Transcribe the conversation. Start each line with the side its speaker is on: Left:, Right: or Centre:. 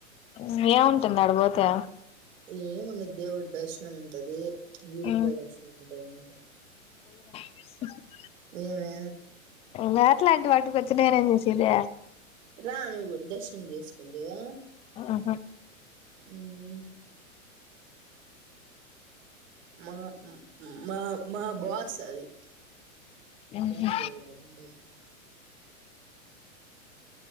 Left: మ్మ్ ఏం ఉంటుంది ఆడ పోతే
Right: ఏముండదు దేవుడి దర్శనం ఉంటది గిరి
Left: ఉమ్
Right: ప్ర్రదక్షిణ ఉంటది అంతే
Left: స
Right: ఏమే
Left: నేట్లాంటి వాటికి వచ్చి నేనేం చేసేది
Right: రా ను్వు కూడా దర్శనం చేసుకుందివా
Left: ఆహ
Right: హ్మ్ హు మా మా మా బాస్ అది
Left: ఉహు
Right: బస్ దిగుడు ఆడుండేది